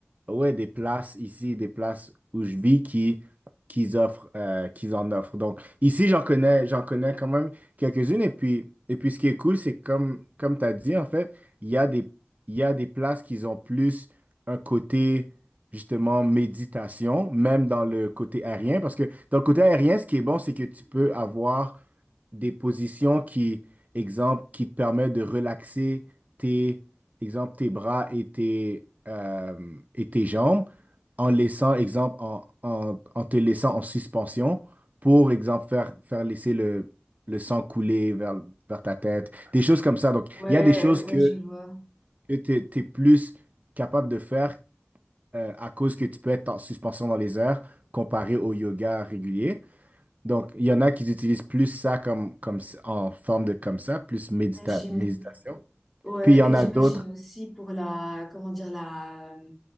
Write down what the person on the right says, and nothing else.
ouais, des places ici, des places où je vis qui, qui offrent, euh, qu'ils en offrent. Donc ici, j'en connais, j'en connais quand même quelques-unes. Et puis, et puis ce qui est cool, c'est comme, comme tu as dit, en fait, il y a des, il y a des places qui ont plus un côté justement méditation, même dans le côté aérien, parce que dans le côté aérien, ce qui est bon, c'est que tu peux avoir des positions qui, exemple, qui te permettent de relaxer tes, exemple, tes bras et tes, euh, et tes jambes en laissant, exemple, en, en, en te laissant en suspension pour, exemple, faire, faire laisser le, le sang couler vers, vers ta tête, des choses comme ça. Donc,
il y a des choses que,
que tu es, plus capable de faire euh, à cause que tu peux être en suspension dans les airs comparé au yoga régulier. Donc, il y en a qui utilisent plus ça comme, comme s- en forme de comme ça, plus médita
méditation.
Puis il y en
a
d'autres,